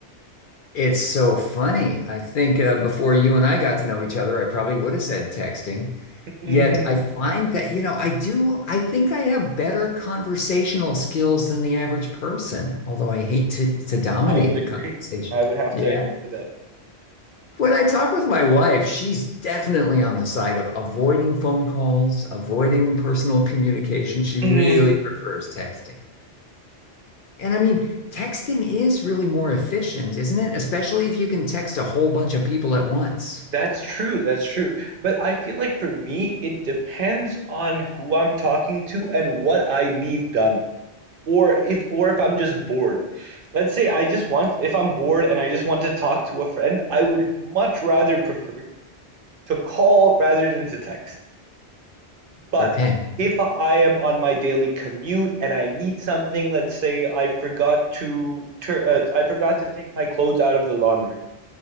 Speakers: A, on the left (about 60°); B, on the right (about 60°).
A: It's so funny. I think uh, before you and I got to know each other, I probably would have said texting.
B: Mhm.
A: Yet I find that, you know, I do, I think I have better conversational skills than the average person, although I hate to, to dominate
B: I would
A: the
B: agree.
A: conversation.
B: I would have
A: Yeah.
B: to agree with that.
A: When I talk with my wife, she's definitely on the side of avoiding phone calls, avoiding personal communication. She
B: Hmm.
A: really prefers texting. And I mean, texting is really more efficient, isn't it? Especially if you can text a whole bunch of people at once.
B: That's true. That's true. But I feel like for me, it depends on who I'm talking to and what I need done. Or if or if I'm just bored. Let's say I just want, if I'm bored and I just want to talk to a friend, I would much rather prefer to call rather than to text. But
A: Okay.
B: if I am on my daily commute and I need something, let's say I forgot to tur uh, I forgot to take my clothes out of the laundry,